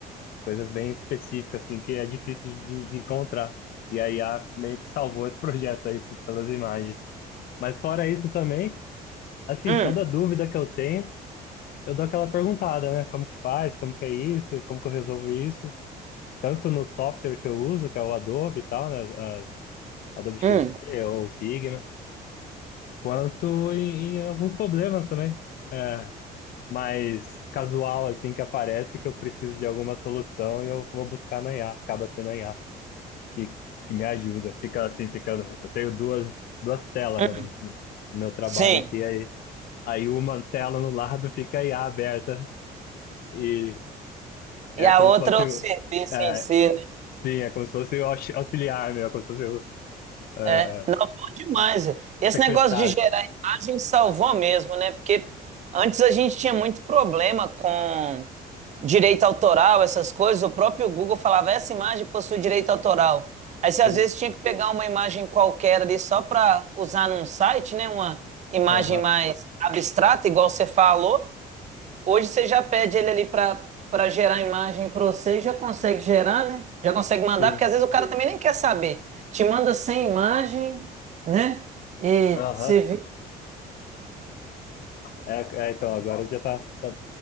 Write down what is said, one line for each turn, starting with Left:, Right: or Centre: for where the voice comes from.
Left: coisas bem específicas, assim, que é difícil de, de encontrar. E a IA meio que salvou esse <laughs> projeto aí p- pelas imagens. Mas fora isso também, assim,
Right: Hum.
Left: toda dúvida que eu tenho. eu dou aquela perguntada, né? Como que faz? Como que é isso? Como que eu resolvo isso? Tanto no software que eu uso, que é o Adobe e tal, né? as- as- Adobe XD
Right: Hum.
Left: ou Figma, quanto em, em alguns problemas também. É, mais casual, assim, que aparece que eu preciso de alguma solução e eu vou buscar na IA, acaba sendo a IA, que, que me ajuda. Fica assim, fica. Eu tenho duas, duas telas,
Right: Hum.
Left: né, no, no meu trabalho
Right: Sim.
Left: aqui, aí, aí uma tela no lado <laughs> fica a IA aberta. E
Right: E
Left: É
Right: a
Left: como
Right: outra
Left: se fosse
Right: é o
Left: o.
Right: serviço
Left: É,
Right: em si, né?
Left: sim, é como se fosse o aux- auxiliar, meu. É como se fosse o ah,
Right: É, não, bom demais. é. Esse
Left: secretário.
Right: negócio de gerar imagem salvou mesmo, né? Porque antes a gente tinha muito problema com direito autoral, essas coisas. O próprio Google falava, essa imagem possui direito autoral. Aí você às
Left: Sim.
Right: vezes tinha que pegar uma imagem qualquer ali só para usar num site, né? Uma imagem
Left: Aham.
Right: mais abstrata, igual você falou. Hoje você já pede ele ali para para gerar a imagem para você e já consegue gerar, né? Já consegue
Left: Sim.
Right: mandar, porque às vezes o cara também nem quer saber. Te manda sem imagem, né? E
Left: Aham.
Right: você vê.
Left: É, é, então, agora já tá, tá